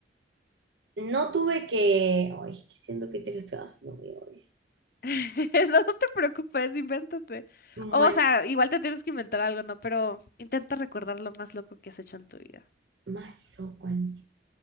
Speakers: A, on the right (about 80°); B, on the left (about 50°).
A: no tuve que. Ay, es que siento que te lo estoy haciendo muy obvio.
B: <laughs> No te preocupes, invéntate.
A: Bueno,
B: O sea, igual te tienes que inventar algo, ¿no? Pero intenta recordar lo más loco que has hecho en tu vida.
A: más loco en sí.